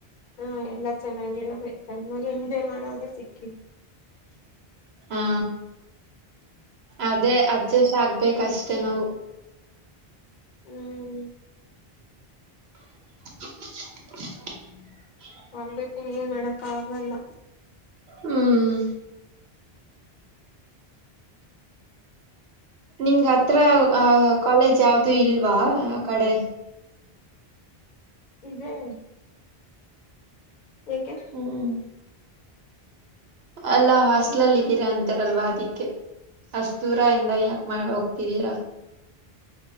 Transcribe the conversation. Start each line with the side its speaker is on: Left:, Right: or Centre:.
Left: ಹಾ ಎಲ್ಲಾ ಚೆನ್ನಾಗಿರೋರೆ ಚೆನ್ನಾಗೆ ಎಂಜಾಯ್ ಮಾಡೋರೇ ಸಿಕ್
Right: ಹಾ. ಅದೇ ಅಡ್ಜೆಸ್ಟ್ ಆಗ್ಬೇಕ
Left: ಹ್ಮ್
Right: ಅಷ್ಟೆ ನಾವು.
Left: ಹ್ಮ್
Right: <inaudible>
Left: ಆಗ್ಬೇಕು ಏನ್ ಮಾಡಕ್ಕ ಆಗಲ್ಲ
Right: ಹ್ಮ್ ನಿಮ್ಗ ಹತ್ರ
Left: ಮತ್ತೆ
Right: ಕಾಲೇಜ್ ಯಾವ್ದೂ ಇಲ್ವಾ ಆ ಕಡೆ
Left: ಇದೆೇ ಯಾಕೆ
Right: ಹ್ಮ್ ಅಲ್ಲಾ ಹಾಸ್ಟ್ಲಲ್ ಇದ್ದೀರಾ ಅಂತಾರಲ್ವಾ ಅದಿಕ್ಕೆ ಅಷ್ಟ ದೂರ ಇಿಂದ ಯಾಕ ಮನೆ ಹೋಗ್ತಿದೀರಾ